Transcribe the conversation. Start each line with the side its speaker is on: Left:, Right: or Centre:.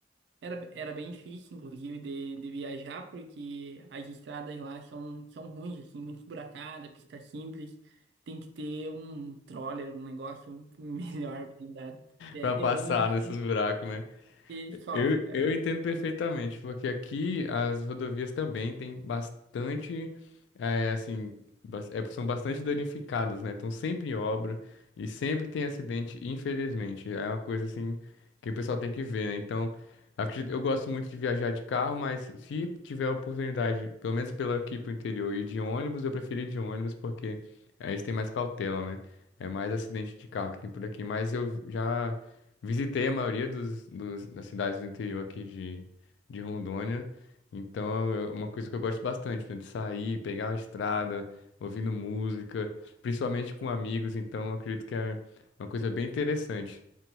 Right: era, era bem difícil, inclusive, de, de viajar, porque as estradas lá são, são ruins, assim, muito esburacada, pista simples. Tem que ter um troller, um negócio <laughs> melhor pra andar. É
Left: Pra
Right: de
Left: passar
Right: ônibus
Left: nesses
Right: que,
Left: buracos, né?
Right: que sofre,
Left: Eu,
Right: cara.
Left: eu entendo perfeitamente, porque aqui as rodovias também têm bastante, é, assim, bas- é, são bastante danificadas, né? Estão sempre em obra e sempre tem acidente, infelizmente. É uma coisa, assim, que o pessoal tem que ver, né? Então, acredito, eu gosto muito de viajar de carro, mas se tiver a oportunidade, pelo menos pela aqui pro interior, e de ônibus, eu prefiro ir de ônibus, porque aí eles têm mais cautela, né? É mais acidente de carro que tem por aqui, mas eu já. Visitei a maioria dos, dos- das cidades do interior aqui de, de Rondônia. Então, é uma coisa que eu gosto bastante, por exemplo, de sair, pegar a estrada, ouvindo música, principalmente com amigos. Então, eu acredito que é uma coisa bem interessante.